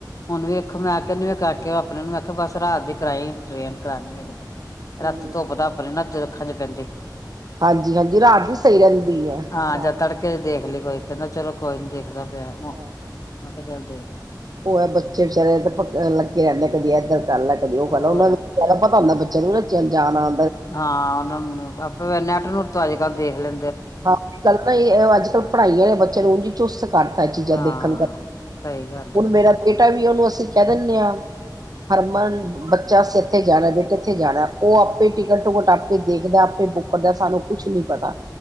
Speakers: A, on the left; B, on the right.
A: ਹੁਣ ਵੇਖੋ ਮੈਂ ਕਹਿੰਦੀ ਮੈਂ ਕੱਟ ਆਪਣੇ ਨੂੰ ਮੈਂ ਕਿਹਾ ਬਸ ਰਾਤ ਦੀ ਕਰਾਈ ਟ੍ਰੇਨ ਕਰਾਣੀ ਹੋਏਗੀ, ਤੇ
B: ਹਮ
A: ਰਾਤੀ ਧੁੱਪ ਧਾਪ ਨੀ ਨਾ ਅੱਖਾਂ ਚ ਪੈਂਦੀ।
B: ਹਾਂਜੀ ਹਾਂਜੀ ਰਾਤ ਵੀ ਸਹੀ ਰਹਿੰਦੀ ਹੈ
A: ਹਾਂ,
B: ਰਾਤ
A: ਜਾਂ
B: ਦੀ
A: ਤੜਕੇ ਚ ਦੇਖ ਲਈ ਕੋਈ ਕਹਿੰਦਾ ਚਲੋ ਕੋਈ ਨੀ ਦੇਖਦਾ ਪਿਆ ਮੈਂ
B: ਹਾਂ
A: ਕਿਹਾ ਚੱਲ ਦੇਖ
B: ਉਹ ਐ ਬੱਚੇ ਵਿਚਾਰੇ ਲੱਗੇ ਰਹਿੰਦੇ ਕਦੀ ਇੱਧਰ ਕਰ ਲੈ ਕਦੀ ਉਹ ਕਰਲਾ
A: ਹੋਰ
B: ਉਹਨਾਂ ਨੂੰ ਵਿਚਾਰੇ ਪਤਾ ਹੁੰਦਾ ਵੀ <unintelligible> ਜਾਣਾ
A: ਹਾਂ, ਉਹਨਾਂ ਨੂੰ ਆਪਾਂ ਨੈੱਟ ਨੂੱਟ ਤੋਂ ਅੱਜ ਕੱਲ ਦੇਖ ਲੈਂ
B: ਹਾਂ, ਗੱਲ ਅੱਜ ਕੱਲ ਪੜ੍ਹਾਈਆਂ ਨੇ ਬੱਚਿਆਂ ਨੂੰ ਚੁਸਤ ਕਰਤਾ ਚੀਜ਼ਾਂ
A: ਹਾਂ
B: ਦੇਖਣ
A: ਸਹੀ ਗੱਲ
B: ਹੁਣ ਮੇਰਾ ਬੇਟਾ ਵੀ ਉਹਨੂੰ ਅਸੀਂ ਕਹਿ ਦੀਨੇ ਆ। ਹਰਮਨ ਬੱਚਾ ਇੱਥੇ ਜਾਣਾ ਬੇਟ ਇੱਥੇ ਜਾਣਾ ਉਹ ਆਪੇ ਟਿਕਟ ਟੁਕਟ ਆਪੇ ਦੇਖਦਾ ਆਪੇ ਬੁੱਕ ਕਰਦਾ ਸਾਨੂੰ ਕੁਛ ਨੀ ਪਤਾ।